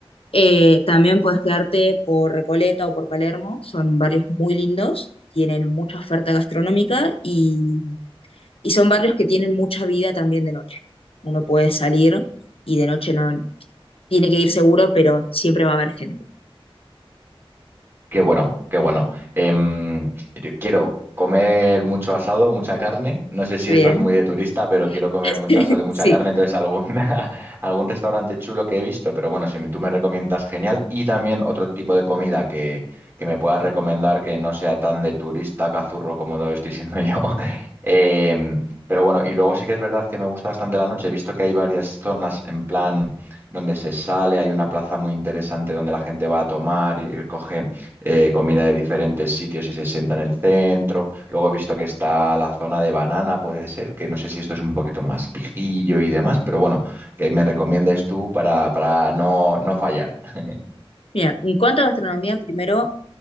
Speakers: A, on the left; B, on the right.
A: Eh, también puedes quedarte por Recoleta o por Palermo, son barrios muy lindos, tienen mucha oferta gastronómica y, y son barrios que tienen mucha vida también de noche. Uno puede salir y de noche no tiene que ir seguro, pero siempre va a haber gente.
B: Qué bueno, qué bueno. Em, yo quiero comer mucho asado, mucha carne. No sé si
A: Bien,
B: esto es muy de turista, pero quiero comer
A: <laughs>
B: mucho asado y mucha
A: sí.
B: carne. Entonces, algún, <laughs> algún restaurante chulo que he visto, pero bueno, si tú me recomiendas, genial. Y también otro tipo de comida que, que me puedas recomendar que no sea tan de turista, cazurro como lo estoy siendo yo. <laughs> Em, pero bueno, y luego sí que es verdad que me gusta bastante la noche. He visto que hay varias zonas en plan donde se sale, hay una plaza muy interesante donde la gente va a tomar y coge eh, comida de diferentes sitios y se sienta en el centro. Luego he visto que está la zona de banana, puede ser, que no sé si esto es un poquito más pijillo y demás, pero bueno, que me recomiendes tú para, para no, no fallar. <laughs>
A: Mira, en cuanto a gastronomía, primero,